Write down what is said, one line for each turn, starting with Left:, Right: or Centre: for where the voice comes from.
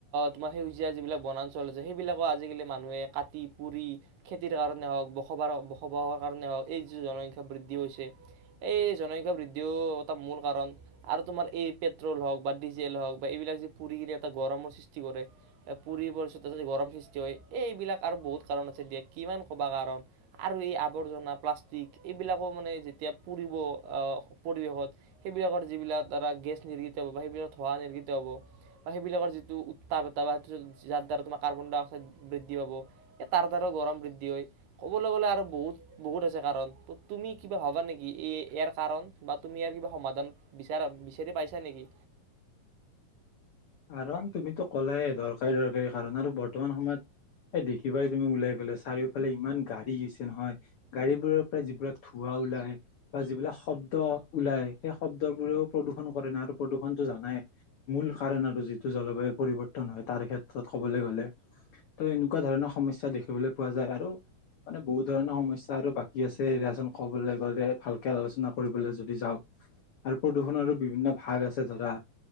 Right: তোমাৰ সেউজীয়া যিবিলাক বনাঞ্চল আছে, সেইবিলাকো আজিকালি মানুহে কাটি পুৰি খেতিৰ কাৰণে হওক, বসবাস বসবাসৰ কাৰণে হওক এই যি জনসংখ্যা বৃদ্ধি হৈছে। এই জনসংখ্যা বৃদ্ধিও এটা মূল কাৰণ আৰু তোমাৰ এই পেট্ৰল হওঁক বা ডিজেল হওঁক বা এইবিলাক যে পুৰি কিনে এটা গৰমৰ সৃষ্টি কৰে পুৰি পছত গৰম সৃষ্টি হয় এই এইবিলাক আৰু বহুত কাৰণ আছে দিয়া কিমান ক'বা কাৰণ আৰু এই আৱৰ্জনা প্লাষ্টিক এইবিলাকো মানে যেতিয়া পুৰিব পৰিৱেশত সেইবিলাকৰ যিবিলাকা গেছ নিৰ্গিত হ'ব বা সেইবিলাক ধোঁৱা নিৰ্ বা সেইবিলাকৰ যিটো উত্তাপ এটা বা সেইটো যাৰ দ্বাৰা তোমাৰ কাৰ্বন ডাই অক্সাইড বৃদ্ধি পাব এই তাৰ দ্বাৰাও গৰম বৃদ্ধি হয় কবলৈ গলে আৰু বহুত বহুত আছে কাৰণ ত তুমি কিবা ভবা নেকি এই ইয়াৰ কাৰণ বা তুমি ইয়াৰ কিবা সমাধান বিচাৰ বিচাৰি পাইছা নেকি
Left: কাৰণ তুমিতো ক'লাই দৰকাৰী দৰকাৰী কাৰণ আৰু বৰ্তমান সময়ত এ দেখিবাই তুমি ওলাই গ'লে চাৰিওফালে ইমান গাড়ী হৈছে নহয় গাড়ীবোৰৰ পৰা যিবিলাক ধোঁৱা ওলাই বা যিবিলাক শব্দ ওলাই সেই শব্দ বোৰেও প্ৰদূৰ্ষন কৰে নাই আৰু প্ৰদূৰ্ষনতটো জানাই মূল কাৰণ আৰু যিটো জলবায়ু পৰিৱৰ্তন হয় তাৰ ক্ষেত্ৰত ক'বলৈ গ'লে ত এনেকুৱা ধৰণৰ সমস্যাৰ দেখিবলৈ পোৱা যায় আৰু মানে বহুত ধৰণৰ সমস্যাৰ বাকী আছে এয়াচন ক'বলৈ গ'লে ভালকে আলোচনা কৰিবলৈ যদি যাওঁ আৰু প্ৰদূষণৰো বিভিন্ন ভাগ আছে ধৰা